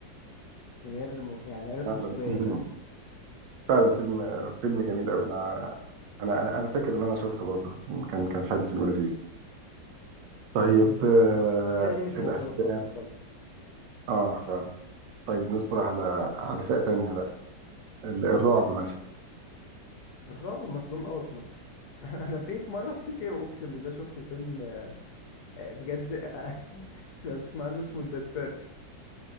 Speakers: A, on the left; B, on the right.
A: من غير مو- يعني آلات
B: فعلا
A: موسيقية
B: <clears throat>
A: فاهم
B: فعلا فيلم فيلم جميل قوي انا انا انا أنا فاكر ان انا شفته برضه كان كان حلو فيلم لذيذ طيب
A: ما هي
B: آه
A: الفئة دي مش
B: الافلام
A: موجودة في مصر خالص
B: اه فعلا طيب ندخل على على فئة تانية بقى ال- الرعب مثلا
A: الرعب مظلوم قوي في مصر <laughs> انا في في مرة افتكر اقسم بالله شفت فيلم آه، آه، بجد آه، <laughs> لو تسمع عنه اسمه الدساس